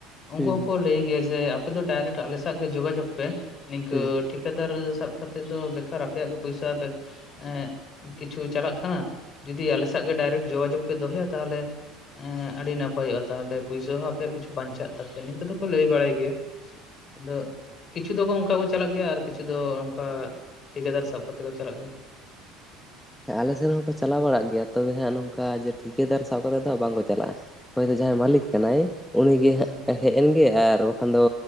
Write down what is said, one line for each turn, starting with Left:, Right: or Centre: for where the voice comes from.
Left: ᱩᱱᱠᱩ
Centre: ᱦᱩᱸ ᱦᱩᱸ
Left: ᱦᱚᱸᱠᱚ ᱞᱟᱹᱭ ᱜᱮᱭᱟ ᱡᱮ ᱟᱯᱮ ᱫᱚ ᱰᱟᱭᱨᱮᱠᱴ ᱟᱞᱮ ᱥᱮᱫ ᱜᱮ ᱡᱳᱜᱟ ᱡᱳᱜᱽ ᱯᱮ ᱱᱤᱝᱠᱟᱹ
Centre: ᱦᱩᱸ
Left: ᱴᱷᱤᱠᱫᱟᱹᱨ ᱥᱟᱵ ᱠᱟᱛᱮᱫ ᱫᱚ ᱵᱮᱠᱟᱨ ᱟᱯᱮᱭ ᱟᱜ ᱜᱮ ᱯᱩᱭᱥᱟᱹ ᱵᱮ ᱮᱸᱜ ᱠᱤᱪᱷᱩ ᱪᱟᱞᱟᱜ ᱠᱟᱱᱟ ᱡᱩᱫᱤ ᱟᱞᱮ ᱥᱟᱜ ᱜᱮ ᱰᱟᱭᱨᱮᱠᱴ ᱡᱳᱜᱟ ᱡᱳᱜ ᱯᱮ ᱫᱚᱦᱚᱭᱟ ᱛᱟᱦᱟᱞᱮ ᱮᱸᱜ ᱟᱹᱰᱤ ᱱᱟᱯᱟᱭ ᱚᱸᱜᱼᱟ ᱛᱟᱦᱞᱮ ᱯᱩᱭᱥᱟᱹ ᱦᱚᱸ ᱟᱯᱮᱭ ᱟᱜ ᱠᱤᱷᱩ ᱵᱟᱧᱪᱟᱜ ᱛᱟᱯᱮᱭᱟ ᱱᱤᱝᱠᱟᱹ ᱫᱚᱠᱚ ᱞᱟᱹᱭ ᱵᱟᱲᱟᱭ ᱜᱮᱭᱟ᱾
Centre: <inaudible>
Left: ᱟᱫᱚ ᱠᱤᱪᱷᱩ ᱫᱚᱠᱚ ᱚᱱᱠᱟ ᱠᱚ ᱪᱟᱞᱟᱜ ᱜᱮᱭᱟ ᱟᱨ ᱠᱤᱪᱷᱩ ᱫᱚ ᱱᱚᱝᱠᱟ ᱴᱷᱤᱠᱫᱟᱹᱨ ᱥᱟᱵ ᱠᱟᱛᱮ ᱠᱚ ᱪᱟᱞᱟᱜ ᱜᱮᱭᱟ᱾
Centre: ᱟᱞᱮ ᱥᱮᱫ ᱦᱚᱸᱠᱚ ᱪᱟᱞᱟᱣ ᱵᱟᱲᱟᱜ ᱜᱮᱭᱟ ᱛᱚᱵᱮ ᱦᱟᱸᱜ ᱱᱚᱝᱠᱟ ᱡᱮ ᱴᱷᱤᱠᱟᱹᱫᱟᱨ ᱥᱟᱵ ᱠᱟᱛᱮᱫ ᱫᱚ ᱵᱟᱝ ᱠᱚ ᱪᱟᱞᱟᱜᱼᱟ᱾ ᱦᱳᱭ ᱛᱚ ᱡᱟᱸᱦᱟᱭ ᱢᱟᱹᱞᱤᱠ ᱠᱟᱱᱟᱭ ᱩᱱᱤ ᱜᱮ
Left: ᱦᱩᱸ
Centre: ᱦᱟᱸᱜ ᱮ ᱦᱮᱡ ᱮᱱ ᱜᱮ ᱟᱨ ᱵᱟᱠᱷᱟᱱ ᱫᱚ